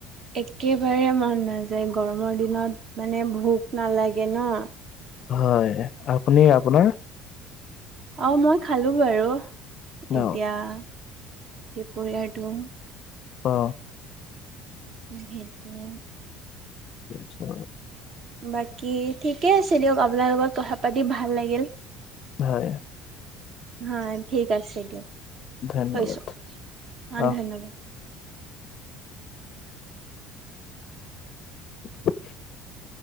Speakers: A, on the right (about 30°); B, on the left (about 35°).
A: একেবাৰে মন নাযায় গৰমৰ দিনত মানে ভোক নালাগে ন।
B: হয় আপুনি আপোনাৰ?
A: অ মই খালো বাৰু
B: ন
A: এতিয়া। দুপৰীয়াটো
B: অ
A: সেইটোৱে
B: কি আছা
A: বাকী ঠিকে আছে দিয়ক আপোনাৰ লগত কথা পাতি ভাল লাগিল।
B: হয়।
A: হয় ঠিক আছে দিয়ক
B: ধন্যবাদ
A: থৈছো অ
B: আহ
A: ধন্যবাদ।
B: <inaudible>